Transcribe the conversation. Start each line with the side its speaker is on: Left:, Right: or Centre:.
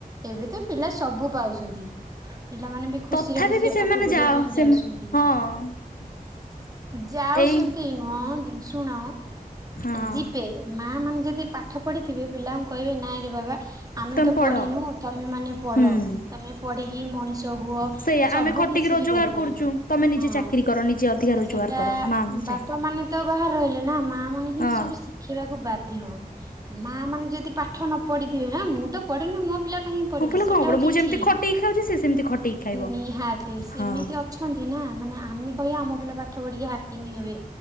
Right: ଏବେ ତ ପିଲା ସବୁ ପାଉଛନ୍ତି। ପିଲାମାନେ ବି ଖୁସିରେ
Left: ତଥାପି
Right: ଖୁସିରେ
Left: ବି ସେମାନେ
Right: ପାଠ ପଢିବା
Left: ଯାଅ
Right: ପାଇଁ
Left: ସେ
Right: ଯାଉଛନ୍ତି।
Left: ହଁ <inaudible>
Right: ଯାଉଛନ୍ତି
Left: ଏଇ
Right: ନୁହଁନ୍ତି ଶୁଣ
Left: ହଁ
Right: ଯିବେ, ମାଆମାନେ ଯଦି ପାଠ ପଢିଥିବେ, ପିଲାଙ୍କୁ କହିବେ ନାଇଁ ରେ ବାବା ଆମେ
Left: ତମେ
Right: ତ
Left: ପଢ
Right: ପଢିନୁ, ତମେ ମାନେ ପଢ,
Left: ହୁଁ।
Right: ତମେ ପଢିକି ମଣି ଷ ହୁଅ,
Left: ସେଇଆ
Right: ସବୁକିଛି
Left: ଆମେ ଖଟିକି ରୋଜଗାର
Right: ବି କରିପାରିବେ
Left: କରୁଛୁ ତମେ ନିଜେ
Right: ହଁ।
Left: ଚାକିରି କର ନିଜେ ଅଧିକା ରୋଜଗାର
Right: ସେଇଟା
Left: କର ମା ଚେ
Right: ବାପା ମାନେ ତ ବାହାର ରହିଲେ ନା ମାଆମାନେ ହିଁ
Left: ହଁ
Right: ସବୁ ଶିଖେଇବାକୁ ବାଧ୍ୟ। ମାଆମାନେ ଯଦି ପାଠ ପାଠ ନ ପଢିଥିବେ ହେଁ ମୁଁ ତ ପଢିନି ମୋ ପିଲା କାହିଁକି ପଢିବେ,
Left: ମୋ ପିଲା
Right: ସେଟା
Left: କଣ ପଡେ
Right: ହଉଛି
Left: ମୁଁ ଯେମିତି
Right: ଠିକ।
Left: ଖଟେଇକି ଖାଉଛି ସେ ସେମିତି ଖଟେଇକି ଖାଇବ
Right: ନିହାତି ସେମିତି
Left: ହଁ
Right: ଅଛନ୍ତି ନା ମାନେ ଆମେ କହିବା ଆମ ପିଲା ପାଠ କିମି ହୁଏ।